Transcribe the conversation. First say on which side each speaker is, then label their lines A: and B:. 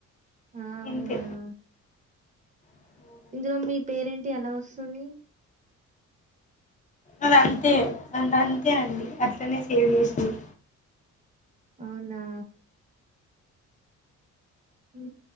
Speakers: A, on the right; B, on the left.
A: ఆ అవునా
B: ఇంతే అవునండి,
A: ఇందులో మీ పేరేంటి ఎలా వస్తది
B: అది అంతే అ అంతే అండి అట్లనే సేవ్ చేసింది
A: అవునా ఉ